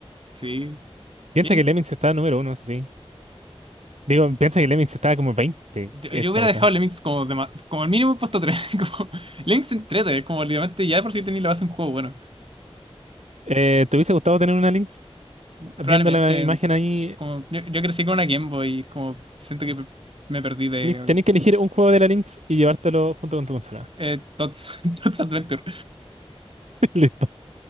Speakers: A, on the right (about 55°); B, on the right (about 85°).
A: sí.
B: Piensa
A: ¿Qué?
B: que Lemmings está número uno, eso sí. Digo, piensa que Lemmings está como veinte.
A: Yo,
B: que
A: yo
B: esta
A: hubiera
B: cosa.
A: dejado Lemmings como de ma- como el mínimo puesto tres <laughs> Como, Lemmings entrete, como literalmente ya de por si tenía la base de un juego bueno.
B: Eh, ¿te hubiese gustado tener una Lynx? Viendo
A: Probablemente,
B: la imagen ahí,
A: como yo, yo crecí con una Game Boy, como siento que me perdí de
B: tenéis que elegir un juego de la Lynx y llevártelo junto con tu consola.
A: eh, Tots, <laughs> Tots Adventure.
B: <laughs>